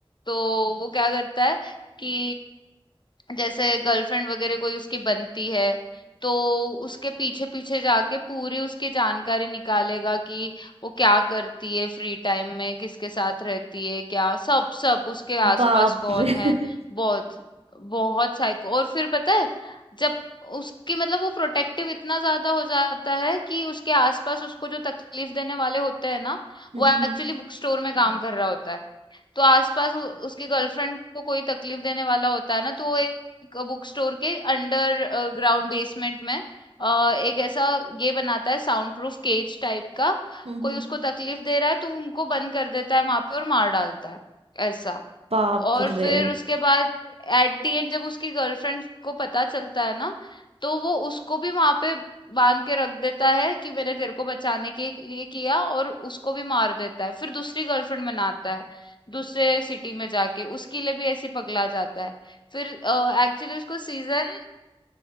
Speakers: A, on the left; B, on the right.
A: तो वो क्या करता है कि जैसे गर्लफ्रेंड वगैरह कोई उसकी बनती है तो उसके पीछे पीछे जाके पूरी उसकी जानकारी निकालेगा कि वो क्या करती है फ्री टाइम में किसके साथ रहती है क्या सब सब उसके आसपास
B: बाप
A: कौन
B: रे <laughs>
A: है बहुत बहुत साइको और फिर पता है जब उसकी मतलब वो प्रोटेक्टिव इतना ज्यादा हो जाता है कि उसके आसपास उसको जो तकलीफ देने वाले होते हैं ना
B: हम्म
A: वो एक्चुअली
B: हम्म
A: बुक स्टोर में काम कर रहा होता है तो आसपास उ उसकी गर्लफ्रेंड को कोई तकलीफ देने वाला होता है ना, तो वो एक बुक स्टोर के अंडर अ, ग्राउंड बेसमेंट में अ, एक ऐसा ये बनाता है साउंड प्रूफ केज टाइप का,
B: हम्म
A: कोई
B: हम्म,
A: उसको तकलीफ दे रहा है तो उनको बंद कर देता है वहाँ पे और मार डालता है, ऐसा।
B: बाप
A: और
B: रे
A: फिर उसके बाद एट द एंड जब उसकी गर्लफ्रेंड को पता चलता है ना तो वो उसको भी वहां पे बांध के रख देता है कि मैंने तेरे को बचाने के लिए किया और उसको भी मार देता है फिर दूसरी गर्लफ्रेंड बनाता है दूसरे सिटी में जाके उसके लिए भी ऐसी पगला जाता है फिर एक्चुअली उसको सीजन